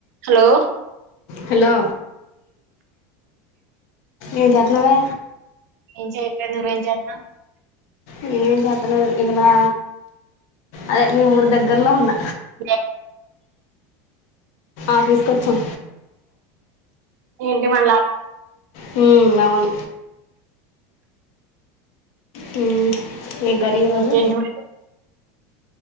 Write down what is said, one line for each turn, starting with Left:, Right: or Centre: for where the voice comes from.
Right: Hello
Left: hello ఏ జత్నవే
Right: ఏంచెయట్లే ను ఏం చేత్నవ్
Left: నేనేం చేతలేదు ఇలా అదే మీ ఊరు దగ్గర్లో ఉన్న
Right: ఆ
Left: ఆఫీసు కొచ్చం
Right: ఏంటి మనలా
Left: హ అవును హ ఏం కర్రీ ఈరోజు
Right: ఇంకేంటి మరి